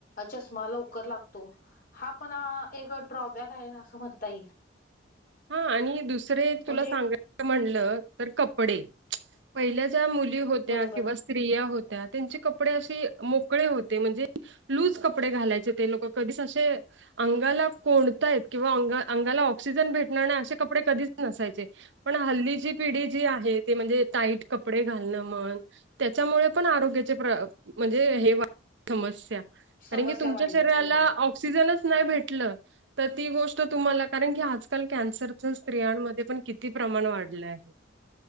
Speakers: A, on the left; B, on the right.
A: चष्मा लवकर लागतो हा पण एक ड्रॉबॅक आहे असं म्हणता येईल
B: हा आणि दुसरे
A: म्हणजे
B: तुला सांगाय म्हणलं तर कपडे पहिल्या ज्या मुली होत्या
A: बरोबर
B: किंवा स्त्रिया होत्या त्यांचे कपडे असे मोकळे होते म्हणजे लूज कपडे घालायचे ते लोक कधीच असे अंगाला कोणता आहेत किंवा अंगाला ऑक्सिजन भेट असे कपडे कधीच नसायचे पण हल्लीची पिढी जी आहे ती म्हणजे टाईट क कपडे घालणं मन त्याच्यामुळे पण आरोग्याचे प्र म्हणजे हे समस्या
A: समस्या
B: कारण की तुमच्या
A: वाढल्यात
B: शरीराला
A: होय.
B: ऑक्सिजनच नाही भेटलं तर ती गोष्ट तुम्हाला कारण की आजल आजकाल कॅन्सरच्या स्त्रियांमध्ये पण किती प्रमाण वाढलं आहे